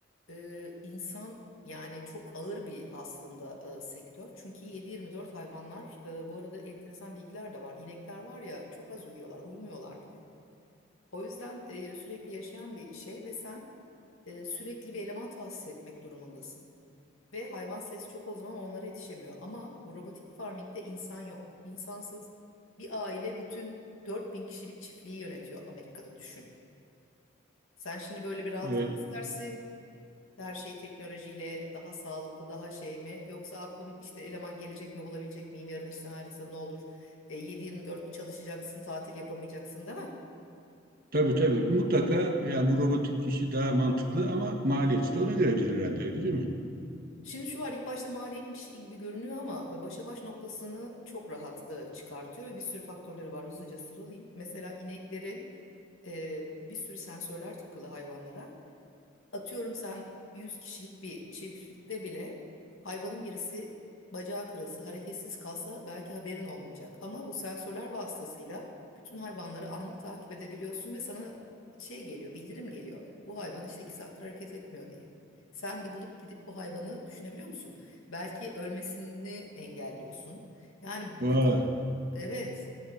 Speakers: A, on the left; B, on the right.
A: e, insan yani çok ağır bir aslında e, sektör. Çünkü 7-24 hayvanlar e, bu arada enteresan bilgiler de var. İnekler var ya çok az uyuyorlar, uyumuyorlar bile. O yüzden e, sürekli yaşayan bir şey ve sen e, sürekli bir eleman tahsis etmek durumundasın. Ve hayvan sayısı çok o zaman onlara yetişemiyor. Ama bu robotik farming'de insan yok. İnsansız bir aile bütün 4000 kişilik çiftliği yönetiyor Amerika'da düşün. Sen şimdi böyle bir rahatlık
B: E,
A: mı istersin? Her şey teknolojiyle daha sağlıklı, daha şey mi? Yoksa aklım işte eleman gelecek mi, bulabilecek miyim? Yarın işten ayrılsa ne olur? E, 7-24 çalışacaksın, tatil yapamayacaksın değil mi?
B: Tabii tabii mutlaka yani bu robotik kişi daha mantıklı ama maliyeti de ona göredir herhalde öyle değil mi?
A: Şimdi şu var, ilk başta maliyetmiş gibi görünüyor ama e, başa baş noktasını çok rahat e, çıkartıyor ve bir sürü faktörleri var. Hızlıca sıralayayım. Mesela ineklerin e, bir sürü sensörler takılı hayvanlara. Atıyorum sen 100 kişilik bir çiftlikte bile hayvanın birisi bacağı kırılsa, hareketsiz kalsa belki haberin olmayacak. Ama bu sensörler vasıtasıyla bütün hayvanları anlık takip edebiliyorsun ve sana şey geliyor, bildirim geliyor. Bu hayvan işte 2 saattir hareket etmiyor diye. Sen de bulup gidip bu hayvanı düşünebiliyor musun? Belki ölmesini engelliyorsun. Yani
B: Vay.
A: bu kadar, evet,